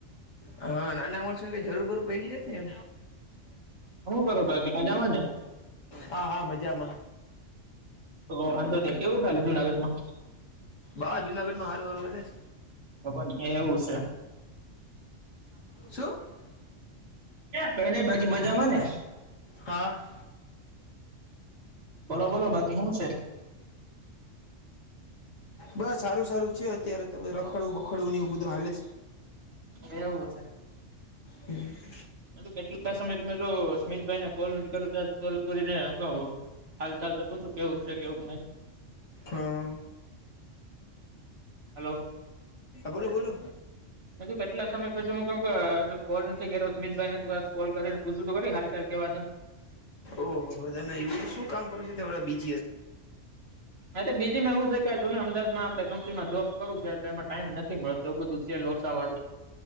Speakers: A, on the left; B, on the right.
A: હા નાના માણસો જરૂર બરૂર પડી જ
B: શું કરો બાકી મજામાં ને
A: હા હા મજામાં.
B: તો વાંધો નહી કેવું <unintelligible> જુનાગઢમાં?
A: બાહ જુનાગઢમાં હારુ હારુ વાલે છે.
B: તો પણ એવું છે.
A: શું
B: કઈ નઈ બાકી મજામાં ને?
A: ફા <inaudible>
B: બોલો બોલો બાકી શું છે?
A: બસ સારું સારું છે અત્યારે ત રખડવું બખડવું ને એવું બધું હાલે.
B: એવું છે.
A: હમ
B: બું કેટલા સમય તમે જો સ્મિતભાઈ ને કોલ નથી કર કોલ કરીને ક હાલ ચાલ તો પૂછું કેવું છે કેવું નહી?
A: હા
B: હલો
A: હા બોલો બોલો
B: મે તું કેટલા સમય પછી હું ક કોલ નથી કેમિતભાઈને ત કોલ કરીને પૂછું કરી હાલ ચાલ કેવા છે.
A: ઓહો હો તમે એવું તો શું કામ કરો છો ત બીજા
B: હા તો બીજી માં એવું છે કેને અમદાદમાં આપે કંપનીમાં જોબ કરું છે એટલે એમાં ટાઈમ નથી મળતો એવ બધું છે લોચા વાળું.